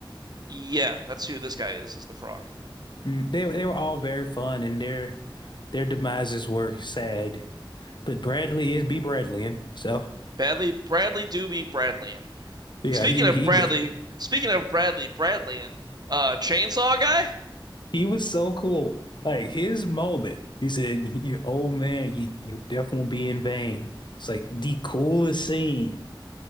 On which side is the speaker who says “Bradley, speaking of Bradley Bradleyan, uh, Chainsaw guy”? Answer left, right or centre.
Right